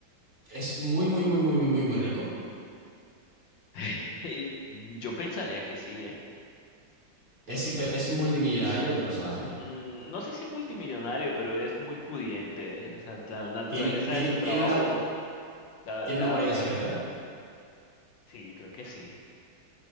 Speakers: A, on the right; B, on the left.
A: es muy, muy, muy, muy, muy, muy, muy rico.
B: <laughs> Yo pensaría que sí, ¿eh?
A: Es, hiper- es multimillonario el personaje.
B: Mm, no sé si multimillonario, pero es muy pudiente. ¿eh? O sea, la naturaleza
A: Tiene, tiene,
B: de su trabajo
A: tiene una,
B: da-
A: tiene
B: le
A: una
B: ha
A: guarida
B: dado eso.
A: secreta.
B: Sí, creo que sí.